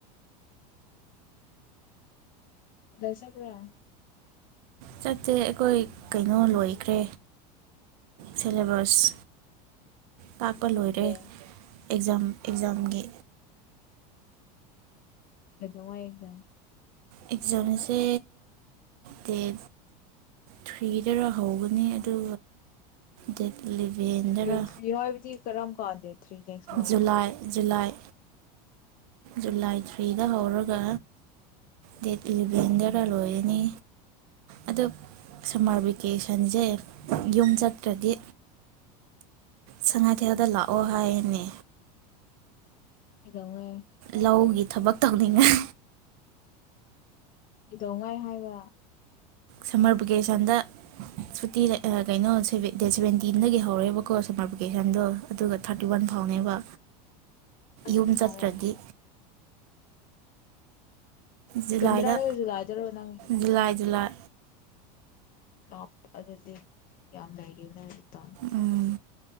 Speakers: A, on the left; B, on the right.
A: ꯗꯁꯄ꯭ꯔꯤꯌꯥ
B: ꯆꯠꯇꯦ ꯑꯩꯈꯣꯏ ꯀꯩꯅꯣ ꯂꯣꯏꯈ꯭ꯔꯦ ꯁꯦꯂꯦꯕꯁ ꯇꯥꯛꯄ
A: ꯑꯗꯨ ꯁꯨꯇꯤꯔ
B: ꯂꯣꯏꯔꯦ ꯑꯦꯛꯖꯥꯝ ꯑꯦꯛꯖꯥꯝꯒꯤ
A: ꯀꯩꯗꯧꯉꯩ ꯑꯦꯛꯖꯥꯝ
B: ꯑꯦꯛꯖꯥꯝꯁꯦ ꯗꯦꯠ ꯊ꯭ꯔꯤꯗꯔ ꯍꯧꯒꯅꯤ ꯑꯗꯨ ꯗꯦꯠ ꯏꯂꯚꯦꯟꯗꯔ
A: ꯗꯦꯠ ꯊ꯭ꯔꯤ ꯍꯥꯏꯕꯗꯤ ꯀꯔꯝ ꯀꯥꯟ date three next month
B: July July July ꯊ꯭ꯔꯤꯗ ꯍꯧꯔꯒ ꯗꯦꯠ ꯏꯂꯚꯦꯟꯗꯔ ꯂꯣꯏꯔꯅꯤ ꯑꯗꯣ ꯁꯝꯃꯔ ꯚꯦꯀꯦꯁꯟꯁꯦ ꯌꯨꯝ ꯆꯠꯇ꯭ꯔꯗꯤ ꯁꯉꯥꯏꯊꯦꯜꯗ ꯂꯥꯛꯑꯣ ꯍꯥꯌꯦꯅꯦ
A: ꯀꯩꯗꯧꯉꯩ
B: ꯂꯧꯒꯤ ꯊꯕꯛ ꯇꯧꯅꯤꯡꯉꯥꯏ
A: ꯀꯩꯗꯧꯉꯩ ꯍꯥꯏꯕ
B: ꯁꯝꯃꯔ ꯚꯦꯀꯦꯁꯟꯗ ꯁꯨꯇꯤ ꯑ ꯀꯩꯅꯣ ꯈꫭꯏꯒꯤ ꯗꯦꯠ ꯁꯚꯦꯟꯇꯤꯟꯗꯒꯤ ꯍꯧꯔꯒꯀꯣ ꯁꯝꯃꯔ ꯚꯦꯀꯦꯁꯟꯗꯣ ꯑꯗꯨꯒ ꯊꯥꯔꯇꯤ ꯋꯥꯟ ꯐꯥꯎꯅꯦꯕ
A: ꯑꯁꯤ
B: ꯌꯨꯝ
A: ꯊꯥꯔ
B: ꯆꯇ꯭ꯔꯗꯤ ꯖꯨꯂꯥꯏꯗ
A: ꯖꯨꯗꯔꯥꯗꯩ ꯖꯨꯂꯥꯏꯗꯔ ꯅꯪ
B: ꯖꯨꯂꯥꯏ ꯖꯨꯂꯥꯏ
A: ꯀꯥꯞ ꯑꯗꯨꯗꯤ ꯌꯥꯝ ꯂꯧꯔꯤꯅ ꯇꯥꯝ
B: ꯎꯝ